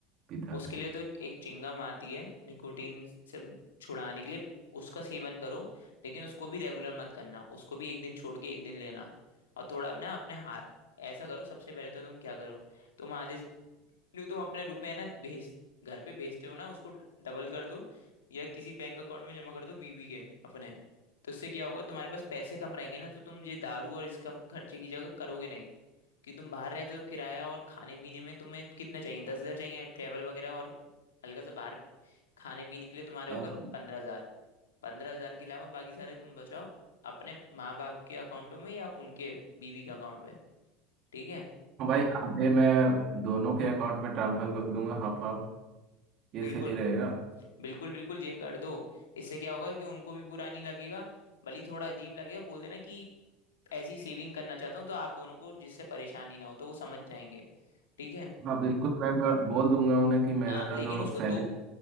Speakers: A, on the right; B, on the left.
A: पिता
B: उसके लिए तो एक चिंगम आती है निकोटीन से छुड़ाने के लिए उसका सेवन करो लेकिन उसको भी रेगुलर मत करना उसको भी एक दिन छोड़ के एक दिन लेना और थोड़ा ना अपने हाथ ऐसा करो सबसे पहले तो तुम क्या करो तुम आधे जो तुम अपने रुपए है ना भेज घर पे भेजते हो ना उसको डबल कर दो या किसी बैंक अकाउंट में जमा कर दो बीवी के अपने तो इससे क्या होगा तुम्हारे पास पैसे कम रहेंगे ना तो तुम ये दारू और इसका खर्चे की जगह करोगे नहीं कि तुम बाहर रहते हो किराया और खाने पीने में तुम्हें कितना चाहिए दस हजार चाहिए ट्रैवल वगैरह और हल्का सा बाहर खाने पीने के लिए तुम्हारे
A: हाँ
B: हो गए पंद्रह हजार पंद्रह हजार के अलावा बाकी सारे तुम बचाओ अपने माँ बाप के अकाउंटों में या उनके बीवी के अकाउंट में ठीक है
A: भाई आधे मैं दोनों के अकाउंट में ट्रांसफर कर दूंगा हाफ हाफ ये
B: बिल्कुल
A: सही रहेगा
B: बिल्कुल बिल्कुल ये कर दो इससे क्या होगा कि उनको भी बुरा नहीं लगेगा भले ही थोड़ा अजीब लगेगा बोल देना कि ऐसी सेविंग करना चाहता हूँ तो आप दोनों को जिससे परेशानी ना हो तो वो समझ जाएंगे ठीक है
A: हाँ बिल्कुल मैं ब- बोल दूंगा उन्हें कि मेरा
B: आ, लेकिन
A: जो
B: उसको
A: सैलरी
B: दो